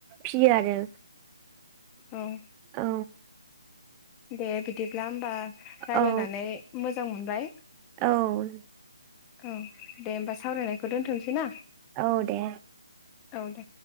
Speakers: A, on the right; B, on the left.
A: फियो आरो
B: औ
A: औ
B: दे बिदिब्ला होमबा रायलायनानै
A: औ
B: मोजां मोजां मोनबाय
A: औ
B: औ दे होमबा सावरायनायखौ दोनथ'सै ना
A: औ दे
B: औ दे